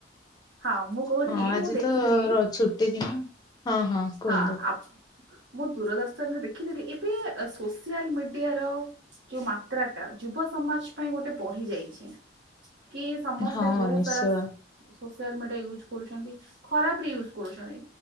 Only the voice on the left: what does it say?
ହଁ ଆଜି
ତ ର ଛୁଟି ଦିନ। ହଁ କୁହନ୍ତୁ
ହଁ
ନିଶ୍ଚୟ